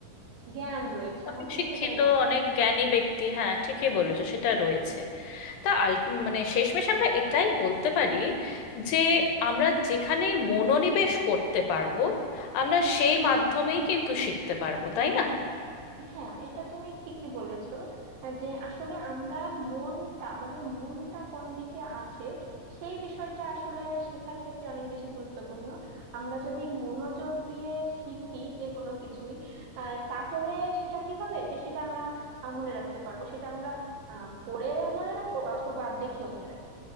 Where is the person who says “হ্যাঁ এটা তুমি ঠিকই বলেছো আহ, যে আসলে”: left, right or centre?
Right